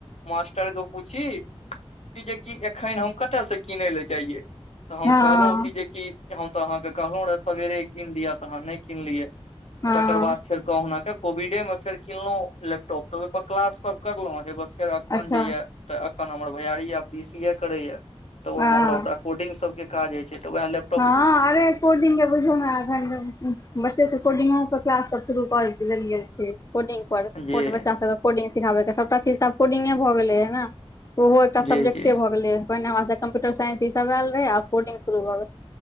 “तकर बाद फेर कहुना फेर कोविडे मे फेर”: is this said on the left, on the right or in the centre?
Left